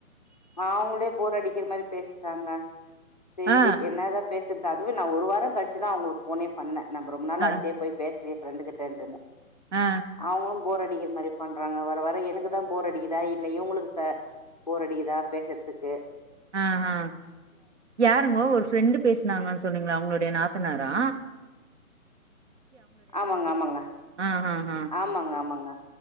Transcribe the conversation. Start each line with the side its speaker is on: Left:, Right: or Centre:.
Left: அவுங்களே போர் அடிக்கிற மாரி பேசிட்டாங்க சேரி
Right: ஆ
Left: என்னதா பேச <unintelligible> அதுவே நான் ஒரு வாரோ கழிச்சுதா அவுங்களுக்கு போனே பண்ணே நம்ப ரொம்ப நாளாச்சே
Right: ஆ
Left: போய் பேசுறியே ரெண்டு கிட்டே
Right: ஆ
Left: அவ போர் அடிக்கிற மாரி பண்றாங்க வர வர எனக்கு தான் போர் அடிக்குதா இல்ல இவங்களுக்கு போர் அடிக்குதா பேசுறதுக்கு
Right: ஆஹ் ஹ் யாருங்கோ ஒரு ஃப்ரெண்டு பேசினாங்கன்னு சொன்னீங்களா அவங்களுடைய நாத் ன்னாரா
Left: ஆமாங்க ஆமாங்க
Right: ஆ ஆ ஆ
Left: ஆமாங்க ஆமாங்க